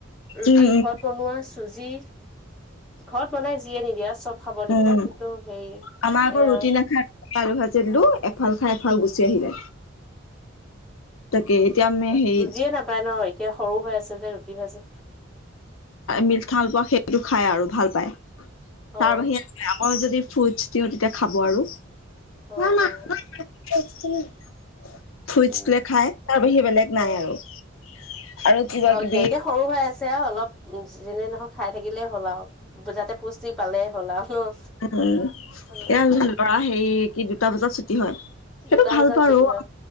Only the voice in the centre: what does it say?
ৰুটি
ঘৰত বনোৱা চুজি ঘৰত বনাই যিয়ে নিদিয়া চব খাব দিব
কিন্তু সেই
এ
অ
বুজিয়ে নাপায় ন এতিয়া সৰু হৈ আছে যে ৰুটি ভাজি
অ',
অ', অ', উম,
অ'।
হওক
দিয়া এতিয়া সৰু হৈ আছে আৰু অলপ যেনে নহওক খাই থাকিলেই হ'ল আৰু যাতে পুষ্টি পালে হ'লা ন
উ
দুটা
বজাত
ছুটি হয়